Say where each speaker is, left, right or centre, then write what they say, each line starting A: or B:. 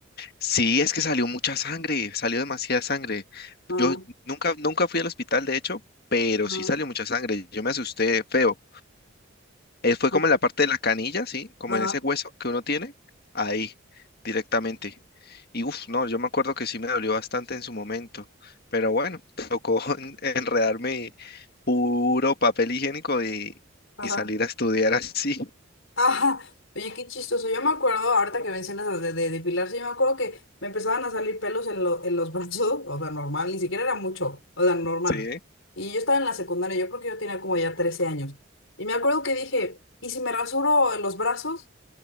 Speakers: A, on the left (about 50°); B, on the left (about 70°).
A: Sí, es que salió mucha sangre, salió demasiada sangre.
B: Ajá,
A: Yo nunca, nunca fui al hospital, de hecho, pero
B: ajá,
A: sí salió mucha sangre. Yo me asusté feo. Eh, fue
B: oye,
A: como en la parte de la canilla, ¿sí? Como
B: ajá,
A: en ese hueso que uno tiene, ahí, directamente. Y uff, no, yo me acuerdo que sí me dolió bastante en su momento. Pero bueno, tocó <laughs> en- enredarme puro papel higiénico y,
B: ajá.
A: y salir a estudiar así. <laughs>
B: Ajá, oye, qué chistoso. Yo me acuerdo, ahorita que mencionas lo de, de depilarse, yo me acuerdo que me empezaban a salir pelos en, lo- en los <laughs> brazos, o sea, normal, ni siquiera era mucho, o sea, normal.
A: Sí,
B: Y yo estaba en la secundaria, yo creo que yo tenía como ya 13 años. Y me acuerdo que dije, ¿y si me rasuro en los brazos?